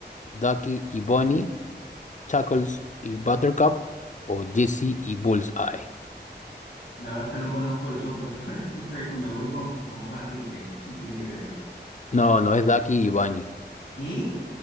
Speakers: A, on the left; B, on the left.
A: ¿Ducky y Bonnie? ¿Chuckles y Buttercup? ¿O Jessie y Bullseye?
B: La verdad es que no conozco los otros, <laughs> pero pero me voy con, con Barbie Ken, <laughs> tiene que ser esa.
A: No, no es Ducky y Bunny.
B: ¿Qué?